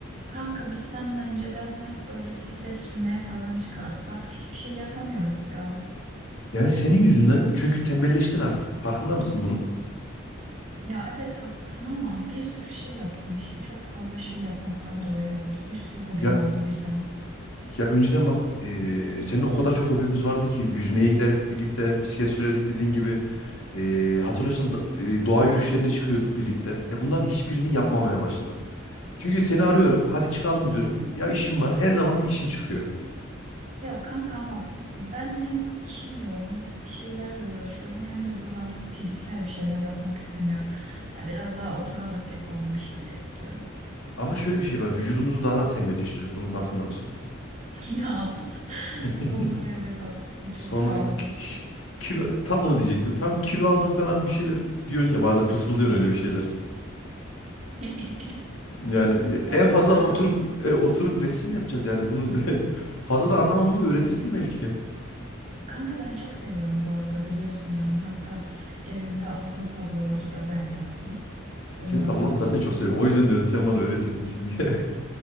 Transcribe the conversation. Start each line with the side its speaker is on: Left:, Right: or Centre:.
Right: Kanka biz seninle önceden hep böyle bisiklet sürmeye falan çıkardık. Artık hiçbir şey yapamıyoruz ya.
Left: Yani senin yüzünden çünkü tembelleştin artık. Farkında mısın bunun?
Right: Ya evet haklısın ama bir sürü şey yaptım işte. Çok fazla şey yapmaktan dolayı oldu. Bir sürü hobim
Left: Ya
Right: oldu birden.
Left: ya önceden bak eee, senin o kadar çok hobimiz vardı ki yüzmeye giderdik birlikte, bisiklet sürerdik dediğin gibi. Eee, hatırlıyorsan da- eee, doğa yürüyüşlerine çıkıyorduk birlikte. Ya bunların hiçbirini yapmamaya başladık. Çünkü seni arıyorum, hadi çıkalım diyorum. Ya işim var. Her zaman bir işin çıkıyor. <laughs>
Right: Ya kanka ama ben hem işim yoğun, bir şeylerle uğraşıyorum hem de böyle artık fiziksel bir şeyler yapmak istemiyorum. Ya biraz daha oturarak yapalım bir şeyler istiyorum.
Left: Ama şöyle bir şey var. Vücudumuzu daha da tembelleştiriyoruz. Bunun farkında mısın?
Right: <laughs> Ya
Left: <laughs>
Right: doğru evet haklısın. Çok
Left: Sonra
Right: kilo aldım.
Left: ki- kilo tam onu diyecektim. Tam kilo aldım falan bir şeyler diyorsun ya bazen fısıldıyorsun öyle bir şeyler.
Right: <laughs>
Left: Yani
Right: Doğru
Left: en fazla
Right: söylüyorsun.
Left: oturup e, oturup resim yapacağız yani bunun <laughs> fazla da anlamamı öğretirsin belki.
Right: Kanka ben çok seviyorum bu arada biliyorsun yani. Hatta evimde asılı tabloları da ben yaptım. Onları
Left: Senin tablolarını
Right: da biliyorsun.
Left: zaten çok seviyorum. O yüzden diyorum sen bana öğretir misin diye.